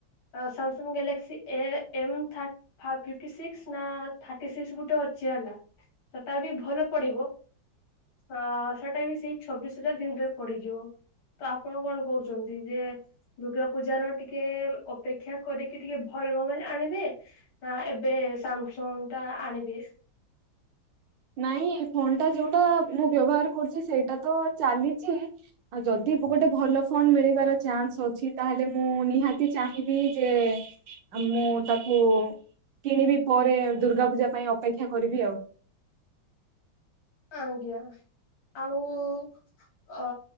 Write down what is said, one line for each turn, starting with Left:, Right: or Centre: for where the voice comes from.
Left: ସାମସଙ୍ଗ ଗ୍ୟାଲେକ୍ସି ଏ ଏମ୍ ଥାର ଫ ଫିପ୍ଟି ସି ନା ଥାର୍ଟି ସିକ୍ସ ଗୋଟେ ଅଛି ହେଲା ତଟ ବି ଭଲ ପଡିବ ହଁ ସେଇଟା ବି ସେଇ ଛବିଶ ହଜାର ଭରେ ପଡିଯିବ। ତ ଆପଣ କଣ କହୁଛନ୍ତି ଯେ ଦୁର୍ଗା ପୂଜାର ଟିକେ ଅପେକ୍ଷା କରିକି ଟିକେ ଭଲବ ବୋଲ ଆଣିବେ। ନା ଏବେ ସାମସଙ୍ଗ ଟା ଆଣିବି।
Right: ନାଇଁ ଫୋନ ଟା ଯୋଉଟା ମୁଁ ବ୍ୟବହାର କରୁଛି ସେଇଟା ତ ଚାଲିଛି। ଆଉ ଯଦି ଗୋଟେ ଭଲ ଫଣ୍ଡ ମିଳିବାର ଚାନ୍ସ ଅଛି ତାହେଲେ ମୁଁ ନିହାତି ଚାହିଁବି ଯେ। ଆଉ ମୁଁ ତାକୁ କିଣିବି ପରେ ଦୁର୍ଗା ପୂଜା ପାଇଁ ଅପେକ୍ଷା କରିବି ଆଉ
Left: ଆା ଆଉ ଅ